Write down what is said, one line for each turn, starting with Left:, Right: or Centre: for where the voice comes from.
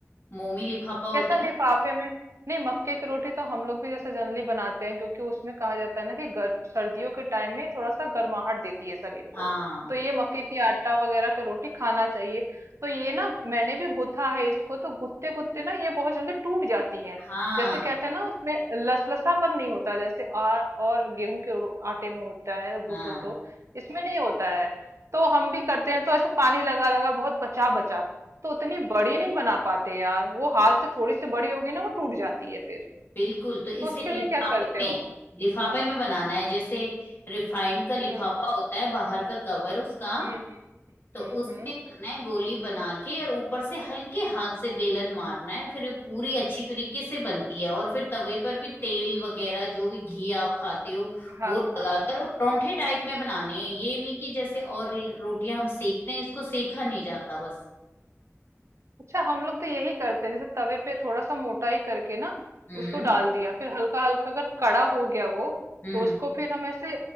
Left: मोमी लिफाफा होता
Right: कैसा लिफाफे
Left: है
Right: में नहीं मक्के की रोटी तो हम लोग भी जैसे जनरली बनाते हैं क्योंकि उसमें कहा जाता है ना कि गर, सर्दियों के टाइम में थोड़ा सा गर्माहट देती है शरीर
Left: हाँ
Right: को तो ये मक्के की आटा वगैरह का रोटी खाना चाहिए तो ये ना मैंने भी गुथा है इसको तो गुत्ते गुत्ते ना ये बहुत जल्दी टूट जाती है
Left: हाँ
Right: जैसे कहते हैं ना उसमें लसलसापन नहीं होता जैसे आ, और गेहूं के रो- आटे में होता है गूथो
Left: हाँ
Right: तो इसमें नहीं होता है तो हम भी करते हैं तो ऐसे पानी लगा लगा बहुत बचा बचा तो उतनी बड़ी नहीं बना पाते यार वो हाथ से थोड़ी सी बड़ी होगी ना वो टूट जाती है फिर
Left: बिल्कुल तो
Right: तो
Left: इसे
Right: उसके
Left: लिफाफे
Right: लिए क्या करते हो
Left: में लिफाफे में बनाना है जैसे रिफाइंड का लिफाफा
Right: हम्म
Left: होता है बाहर का कवर उसका
Right: हम्म हम्म
Left: तो उसमें
Right: हम्म हम्म।
Left: रखना है गोली बना के और ऊपर से हल्के हाथ से बेलन मारना है फिर ये पूरी अच्छी तरीके से बनती है और फिर तवे पर भी तेल वगैरह जो भी घी आप खाते हो
Right: हाँ
Left: वो
Right: हाँ
Left: लगाकर
Right: हाँ हाँ।
Left: और परोंठे टाइप में बनाने हैं ये नहीं कि जैसे और रे- रोटियां हम सेकते हैं इसको सेका नहीं जाता बस
Right: अच्छा हम लोग तो यही करते हैं जैसे तवे पे थोड़ा सा मोटा ही करके ना
Left: हम्म
Right: उसको डाल दिया फिर हल्का हल्का अगर कड़ा हो गया वो
Left: हम्म
Right: तो उसको फिर हम ऐसे